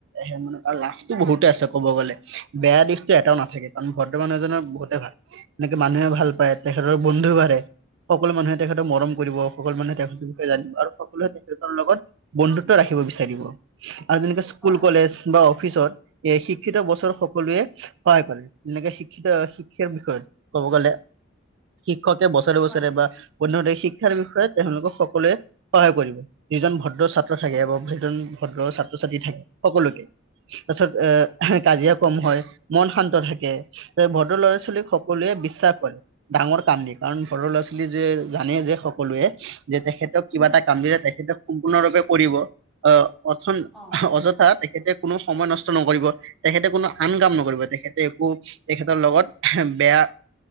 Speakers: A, on the right; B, in the centre.
A: সেই মানে লাভটো বহুতে আছে ক'ব গ'লে। বেয়া দিশটো এটাও নাথাকে কাৰণ ভদ্ৰ মানুহ এজনৰ বহুতে ভাল এনেকে মানুহে ভাল পায় তেখেতৰ বন্ধুও বাঢ়ে সকলো মানুহে তেখেতক মৰম কৰিব সকলো মানুহে তেখেতৰ বিষয়ে জানিব আৰু সকলোৱে তেখেতৰ লগত বন্ধুত্ব ৰাখিব বিচাৰিব আৰু যেনেকে স্কুল
B: হয়,
A: কলেজ বা অফিচত এ' শিক্ষিত বছৰ সকলোৱে হয় কলে এনেকে শিক্ষিত শিক্ষাৰ বিষয়ত ক'ব গ'লে শিক্ষকে বছৰে বছৰে
B: হয়,
A: বা অন্যথা শিক্ষাৰ বিষয়ে তেওঁলোকক সকলোৱে সহায় কৰিব যিজন ভদ্ৰ ছাত্ৰ ছাত্ৰ
B: উম,
A: থাকে বা ভদন ভদ্ৰ ছাত্ৰ ছাত্ৰী থাকে সকলোকে তাৰপিছত এ' কাজিয়া কম হয় মন শান্ত থাকে। ভদ্ৰ লৰা ছোৱালীক সকলোৱে বিশ্বাস কৰে। ডাঙৰ কাম দিয়ে কাৰণ সৰু ল'ৰা ছোৱালী যে জানে যে সকলোৱে যে তেখেতক
B: উম,
A: কিবা এটা কাম দিলে তেখেতে সম্পূৰ্ণৰূপে কৰিব অহ অথন
B: অ'
A: অযথা তেখেতে কোনো সময় নষ্ট নকৰিব তেখেতে কোনো আন কাম নকৰিব তেখেতে একো তেখেতৰ লগত বেয়া